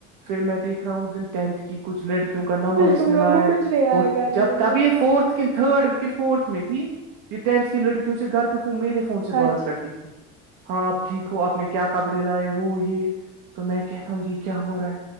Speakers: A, on the right; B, on the right.
A: پھر میں دیکھ رہا ہوں اس دن ٹینتھ کی کچھ لڑکی ان کا نمبر اس
B: تم
A: نے
B: لوگوں
A: لایا
B: کو
A: ہے
B: کچھ نہیں آیا
A: وہ
B: کرنے
A: جب تب
B: میں
A: یہ فورتھ کن تھرڈ کن فورتھ میں تھی کہ ٹینتھ کی لڑکیوں سے گھر پہ میرے فون سے بات
B: اچھا
A: کرتی تھی ہاں آپ ٹھیک ہو آپ نے کیا کپڑے لائے وہ یہ تو میں کہتا ہوں یہ کیا ہو رہا ہے